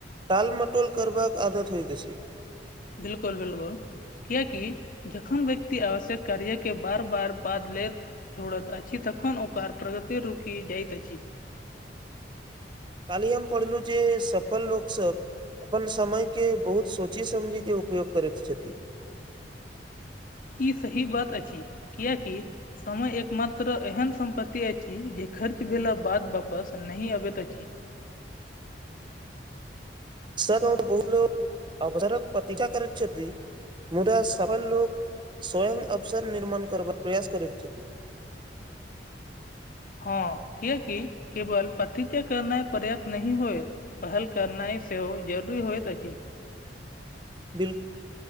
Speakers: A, on the right; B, on the left.
A: टाल मटोल करबाक आदत होइत अछि
B: बिलकुल बिलकुल कियकि जखन व्यक्ति आवश्यक कार्य के बार बार बाद लेत छोड़त अछी तखन ओकर प्रगति रुकि जाइत अछी
A: काली हम पढ़लू जे सफल लोकसब अपन समय के बहुत सोचि समझि के उपयोग करैत छथिन
B: ई सही बात अछि कियैकि समय एक मात्र एहन सम्पत्ति अछि जे खर्च भेला बाद वापस नहि अबैत अछि
A: सर ग तऽ बहुत लो अवसारक प्रति्षा करैत छथि मुदा सफल लोक स्वयं अवसर निर्माण करबाक प्रयास करैत छथि
B: हँ कियैकि केवल पतज् करना पर्याप्त नहि होयत पहल करनाइ सेहो जरूरी होयत अछि
A: बिल्कुल